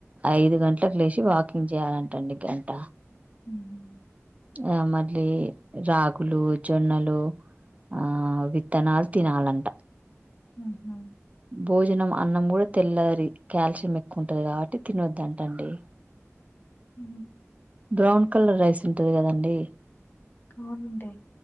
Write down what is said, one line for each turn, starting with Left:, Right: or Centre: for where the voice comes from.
Right: ఐదు గంటలకు లేచి వాకింగ్ చేయాలంటండి గంట
Left: మ్మ్.
Right: ఆ మళ్ళీ రాగులు జొన్నలు ఆ విత్తనాలు తినాలంట
Left: ఉహు
Right: భోజనం అన్నం కూడా తెల్లరి కాల్షియం ఎక్కువుంటది కాబట్టి తినొద్దు అంట అండి
Left: ఊ
Right: బ్రౌన్ కలర్ రైస్ ఉంటది కదండి
Left: అవునండి